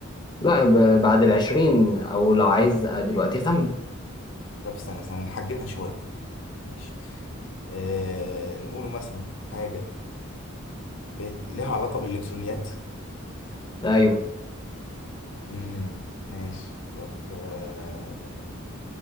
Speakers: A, on the left; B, on the left.
A: لا ب- بعد العشرين او لو عايز آه، دلوقتي خمن
B: طب استنى استنى نحجمها شوية ماشي آه نقوله مثلا حاجة بت- ليها علاقة بالإلكترونيات
A: ايوه
B: امم ماشي طب آه،